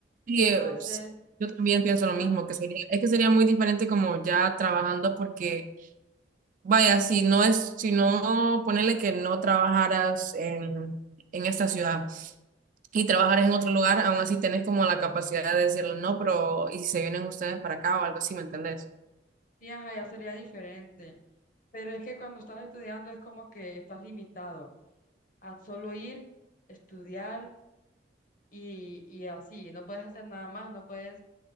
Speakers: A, on the right; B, on the left.
A: Sí,
B: Entonces...
A: es- yo también pienso
B: Ajá.
A: lo mismo, que sería, es que sería muy diferente como ya trabajando porque, vaya, si no es, si no ponerle que no trabajaras en, en esta ciudad y trabajaras en otro lugar, aún así tenés como la capacidad de decirle no, pero ¿y si se vienen ustedes para acá o algo así, ¿me entendés?
B: Y ajá, ya sería diferente. Pero es que cuando estás estudiando es como que estás limitado a solo ir, estudiar y, y así. No puedes hacer nada más, no puedes